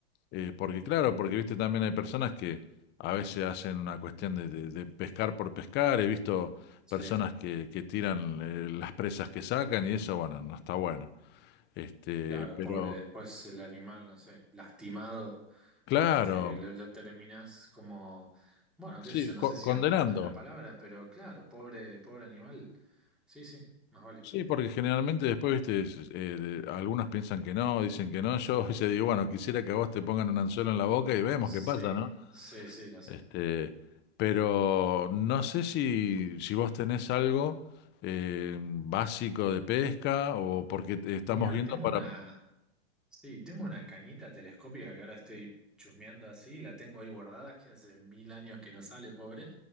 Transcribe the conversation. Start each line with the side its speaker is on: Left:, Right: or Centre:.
Left: Eh, porque claro, porque viste también hay personas que a veces hacen una cuestión de, de- de pescar por pescar. He visto
Centre: Sí,
Left: personas que, que tiran eh, las presas que sacan y eso, bueno, no está bueno. Este,
Centre: claro,
Left: pero
Centre: pobre, después el animal, no sé, lastimado,
Left: claro,
Centre: este, lo, lo terminas como, bueno,
Left: sí,
Centre: qué sé yo, no
Left: co-
Centre: sé si
Left: condenando.
Centre: arruinando es la palabra, pero claro, pobre, pobre animal. Sí, sí, más vale.
Left: Sí, porque generalmente después, viste, es- es, eh, de- algunos piensan que no, dicen que no. Yo <laughs> se digo, bueno, quisiera que a vos te pongan un anzuelo en la boca y vemos
Centre: Sí,
Left: qué pasa, ¿no?
Centre: sí, sí, no sé.
Left: Este, pero no sé si, si vos tenés algo eh, básico de pesca o porque te- estamos
Centre: Mira,
Left: viendo
Centre: tengo
Left: para...
Centre: una, sí, tengo una cañita telescópica que ahora estoy chusmeando así, la tengo ahí guardada, que hace mil años que no sale, pobre.